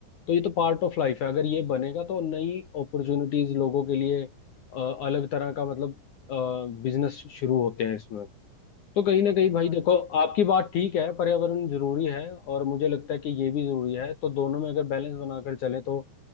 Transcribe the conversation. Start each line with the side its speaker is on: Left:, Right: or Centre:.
Left: तो ये तो पार्ट ऑफ लाइफ है अगर ये बनेगा तो नई अपॉर्चुनिटीज लोगों के लिए अ, अलग तरह का मतलब बिजनेस शुरू होते हैं इसमें तो कहीं ना कहीं
Right: सही
Left: भाई
Right: बात
Left: देखो
Right: है भाई
Left: आपकी बात ठीक है पर्यावरण जरूरी है और मुझे लगता है कि ये भी जरूरी है तो दोनों में अगर बैलेंस बनाकर चले तो